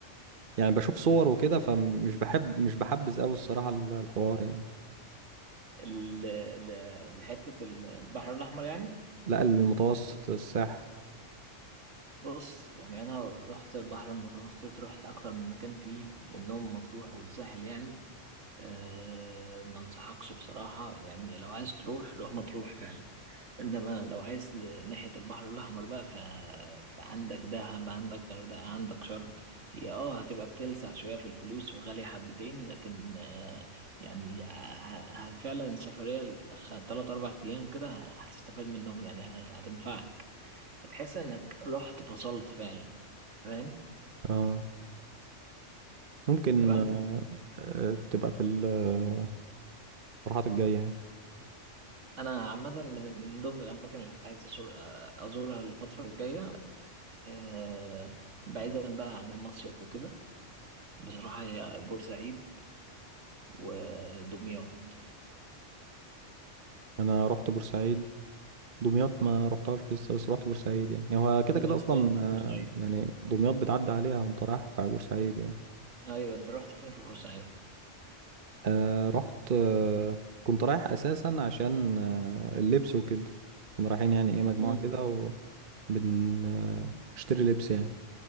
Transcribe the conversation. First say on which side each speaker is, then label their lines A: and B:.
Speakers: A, on the right; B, on the right.
A: يعني بشوف صور وكده فمش بحب مش بحبذ قوي الصراحه ال- الحوار يعني
B: ال- ل- لحتة ال- البحر الأحمر يعني
A: لا المتوسط الساحل
B: بص يعني أنا رحت البحر المتوسط رحت أكتر من مكان فيه منهم مطروح والساحل يعني أه ما انصحكش بصراحة يعني لو عايز تروح روح مطروح فعلا انما لو عايز ناحية البحر الاحمر بقى ف... فعندك دهب عندك غردقة عندك شرم هي اه هتبقى بتلسع شوية في الفلوس وغالية حبتين لكن أه يعني ه... ه... فعلا السفرية الخ- تلات اربع ايام كده هتستفاد منهم يعني هت... هتنفعك هتحس انك رحت فصلت فعلا فاهم؟
A: آه. ممكن
B: طب انت
A: آه، آه، تبقى في المقترحات الجاية يعني
B: انا عامه من من ضمن الاماكن اللي عايز أزور ازورها الفتره الجايه آه، بعيدا بقى عن المصيف وكده بصراحه هي بورسعيد ودمياط
A: أنا رحت بورسعيد دمياط ما رحتهاش لسه بس رحت بورسعيد يعني يعني هو كده
B: رحت
A: كده أصلا
B: فين في بورسعيد
A: آه، يعني دمياط بتعدي عليها وأنت رايح في بورسعيد يعني
B: ايوه انت رحت فين في بورسعيد
A: آه، رحت آه، كنت رايح أساسا عشان آه، اللبس وكده كنا رايحين يعني إيه مجموعة
B: مم.
A: كده وبنشتري لبس يعني